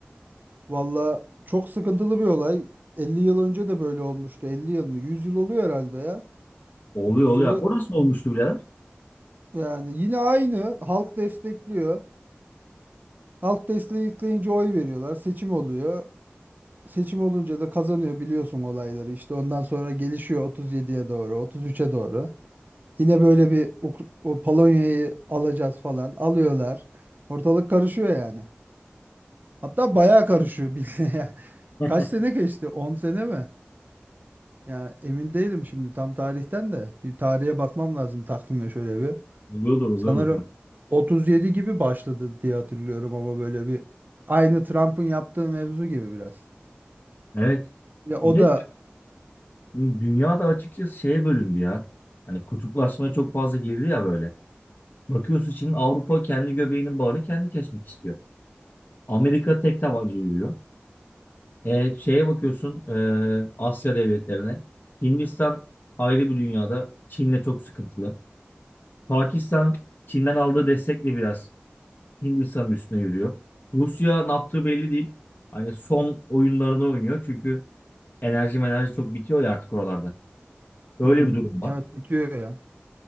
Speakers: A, on the right (about 45°); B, on the left (about 55°).
A: Vallahi çok sıkıntılı bir olay. 50 yıl önce de böyle olmuştu. 50 yıl mı? 100 yıl oluyor herhalde ya.
B: Oluyor
A: 100
B: oluyor.
A: yılı
B: Orası olmuştu birader.
A: yani yine aynı. Halk destekliyor. Halk destekleyince oy veriyorlar. Seçim oluyor. seçim olunca da kazanıyor biliyorsun olayları. İşte ondan sonra gelişiyor 37'ye doğru, 33'e doğru. Yine böyle bir Uk- o Polonya'yı alacağız falan alıyorlar. Ortalık karışıyor yani. Hatta bayağı karışıyor <laughs> bildiğin ya.
B: Heh,
A: Kaç sene geçti? 10 sene mi? Ya emin değilim şimdi tam tarihten de. Bir tarihe bakmam lazım takvime şöyle bir.
B: <laughs> Oluyordur oluyordur.
A: Sanırım
B: da.
A: 37 gibi başladı diye hatırlıyorum ama böyle bir aynı Trump'ın yaptığı mevzu gibi biraz.
B: Evet.
A: Ya o
B: Bir de
A: da
B: dünya da açıkçası şeye bölündü ya. Hani kutuplaşmaya çok fazla girdi ya böyle. Bakıyorsun şimdi Avrupa kendi göbeğinin bağını kendi kesmek istiyor. Amerika tek tabanca yürüyor. E, şeye bakıyorsun e, Asya devletlerine. Hindistan ayrı bir dünyada. Çin'le çok sıkıntılı. Pakistan Çin'den aldığı destekle biraz Hindistan'ın üstüne yürüyor. Rusya ne yaptığı belli değil. Hani son oyunlarını oynuyor. Çünkü enerji enerji çok bitiyor ya artık oralarda. Öyle
A: hı,
B: bir durum var.
A: evet bitiyor ya.